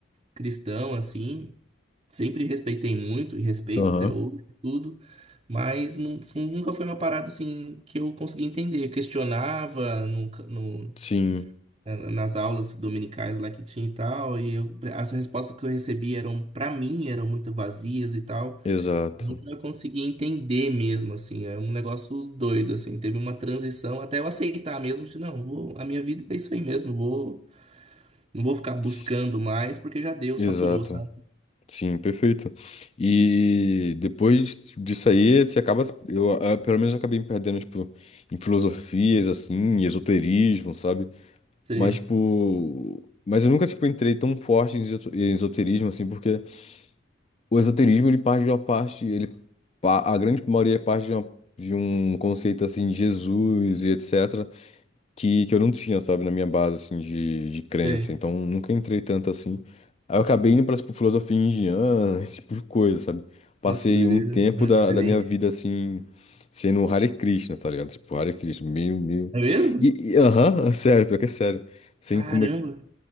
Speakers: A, on the right (about 30°); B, on the left (about 30°).
A: cristão, assim. Sempre respeitei muito e respeito
B: Aham.
A: até hoje, tudo, mas não, fu- nunca foi uma parada assim que eu consegui entender. Eu questionava nunca- no-
B: Sim.
A: na- nas aulas dominicais lá que tinha e tal, e eu- as respostas que eu recebia eram, pra mim, eram muito vazias e tal.
B: Exato.
A: Nunca consegui entender mesmo, assim, é um negócio doido, assim. Teve uma transição até eu aceitar mesmo, de não, vou, a minha vida é isso aí mesmo, vou, não vou ficar buscando
B: Tss,
A: mais, porque já deu,
B: Exato.
A: saturou, sabe?
B: Sim, perfeito. E depois disso aí, você acaba. Eu, eh, pelo menos, eu acabei me perdendo, tipo, em filosofias, assim, em esoterismo, sabe?
A: sim
B: Mas, tipo. Mas eu nunca, tipo, entrei tão forte em esoto- em esoterismo, assim, porque o esoterismo, ele parte de uma parte. Ele, pa- a grande maioria parte de, uma, de um conceito, assim, de Jesus e etc que, que eu não tinha, sabe, na minha base, assim, de, de crença.
A: sim
B: Então, nunca entrei tanto assim. Aí eu acabei indo pra, tipo, filosofia indiana, <laughs> esse tipo de coisa, sabe? Passei
A: Nossa, que doideira.
B: um tempo
A: É
B: da,
A: diferente.
B: da minha vida, assim, sendo um Hare Krishna, tá ligado? Tipo, Hare Krishna, meio, meio...
A: É mesmo?
B: E, e, aham, <laughs> sério, pior que é sério. Sem
A: Caramba.
B: comer...